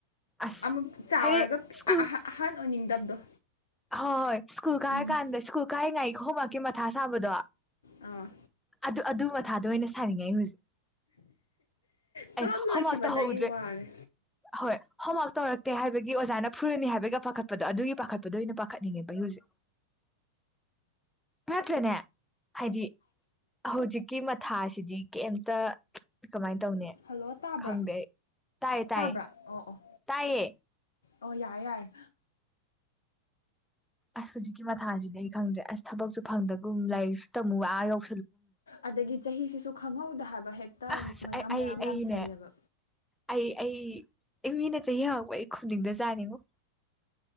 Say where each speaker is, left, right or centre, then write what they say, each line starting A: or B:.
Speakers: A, in the centre; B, on the left.
A: ꯑꯁ
B: ꯑꯃ ꯆꯥꯎꯔꯒ
A: ꯍꯥꯏꯗꯤ
B: ꯄꯤ-
A: ꯁ꯭ꯀꯨꯜ
B: ꯑ- ꯑꯍ- ꯑꯍꯟ ꯑꯣꯏꯅꯤꯡꯗꯕꯗꯣ
A: ꯍꯣꯏ ꯁꯨ ꯀꯥꯏꯔ
B: ꯎꯝ
A: ꯀꯥꯟꯗ ꯁꯨ ꯀꯥꯏ ꯉꯥꯏ ꯈꯣꯕꯥꯛꯀꯤ ꯃꯊꯥ ꯁꯥꯕꯗꯣ
B: ꯑꯥ
A: ꯑꯗꯨ ꯑꯗꯨ ꯃꯊꯥꯗ ꯑꯣꯏꯅ ꯁꯥꯅꯤꯡꯉꯩ
B: ꯇꯨꯋꯦꯜꯞ
A: ꯑꯩ ꯍꯧꯖꯤꯛ ꯑꯦ
B: ꯂꯣꯏꯈꯤꯕꯗꯒꯤ
A: ꯍꯣꯥꯛꯇ ꯍꯗ꯭ꯔꯦ
B: ꯋꯥꯔꯦ
A: ꯍꯣꯏ ꯍꯣꯥꯛꯇ ꯇꯦ ꯍꯥꯏꯕꯒꯤ ꯑꯣꯖꯥꯅ ꯐꯨꯔꯅꯤ ꯍꯥꯏꯕꯒꯤ ꯄꯥꯈꯠꯄꯗꯣ ꯑꯗꯨꯒꯤ ꯄꯥꯈꯠ ꯗ ꯑꯣꯏꯅ ꯄꯥꯈꯠꯅꯤꯡꯉꯦ ꯕꯩ ꯍꯧꯖꯤꯛ ꯅꯠꯇ꯭ꯔꯅꯦ ꯍꯥꯏꯗꯤ ꯍꯧꯖꯤꯛꯀꯤ ꯊꯥꯁꯤꯗꯤ ꯀꯩꯇ ꯀꯃꯥꯏ ꯀ ꯇꯧꯅꯦ
B: ꯍꯜꯂꯣ ꯇꯥꯕ꯭ꯔꯥ
A: ꯈꯪꯗꯦ ꯇꯥꯏꯌꯦ ꯇꯥꯏꯌꯦ
B: ꯇꯥꯕ꯭ꯔꯥ ꯑꯣ ꯑꯣ
A: ꯇꯥꯏꯌꯦ
B: ꯑꯣ ꯌꯥꯔ ꯌꯥꯔ
A: ꯑꯁ ꯍꯧꯖꯤꯛꯀꯤ ꯃꯊꯥꯁꯤꯗꯤ ꯑꯩ ꯈꯪꯗ꯭ꯔꯦ ꯑꯁ ꯊꯕꯛꯁꯨ ꯐꯪꯗꯒꯨꯝ ꯂꯥꯏꯔꯤꯛꯁꯨ ꯇꯝꯨꯛ ꯋꯥ ꯌꯧ
B: ꯑꯗꯒꯤ ꯆꯍꯤ ꯁꯤꯁꯨ ꯈꯪꯍꯧꯗ ꯍꯥꯏꯕ ꯍꯦꯛꯇ
A: ꯑꯁ
B: ꯃꯌꯥꯝ
A: ꯑꯩ
B: ꯃꯌꯥꯝ
A: ꯑꯩ
B: ꯌꯥꯝꯁꯜꯂꯦꯕ
A: ꯑꯩꯅꯦ ꯑꯩ ꯑꯩ ꯑꯩ ꯃꯤꯅ ꯆꯍꯤ ꯍꯉꯛꯄ ꯑꯩ ꯈꯨꯗꯤꯡꯗ ꯆꯥꯅꯤꯡꯉꯣ